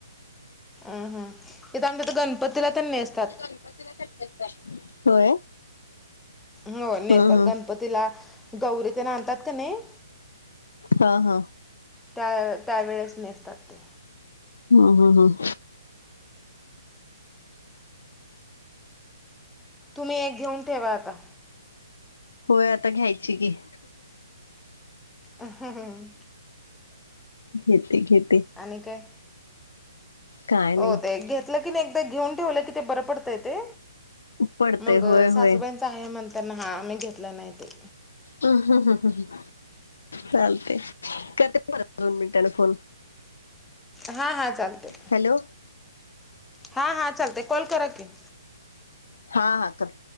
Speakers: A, in the centre; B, on the left (about 70°).
A: अम हम इथे आमच्या तर गणपतीला त्यांनी असतात.
B: प होय
A: हो नेसतात
B: हम् हम्
A: गणपतीला गौरी ते आणतात का नाही.
B: हा हा
A: त्या त्यावेेळेस नेसतात ते
B: हम हम हम
A: तुम्ही एक घेऊन ठेवा आता
B: होय आता घ्यायची की.
A: हुं <unintelligible>
B: घेते घेते.
A: आणि काय.
B: काय
A: हो
B: नाही
A: ते घेतलं की नाही एकदा घेऊन ठेवलं कि ते बरं पडतंय ते
B: पडते
A: मग
B: होय
A: सासूबाईंच
B: होय
A: आहे म्हणताना हा आम्ही घेतलं नाही ते
B: ह हम ह ह ह चालते करते बरं दोन मिनिटांने फोन
A: हा हा चालते
B: हॅलो
A: हा हा चालते कॉल करा की
B: हा हा कर